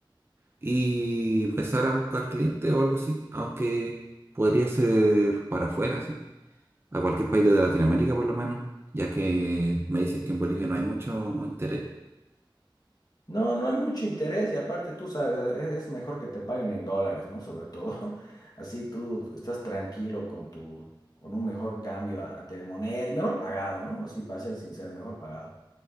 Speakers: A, on the right; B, on the left.
A: y empezar a buscar clientes o algo así, aunque podría ser para afuera, sí, a cualquier país de Latinoamérica por lo menos, ya que me dices que en Bolivia no hay mucho interés.
B: No, no hay mucho interés y aparte tú sabes, e- es mejor que te paguen en dólares, ¿no? Sobre todo, <laughs> así tú estás tranquilo con tu, con un mejor cambio a- de moneda y mejor pagado, ¿no? Así para ser sincero, mejor pagado.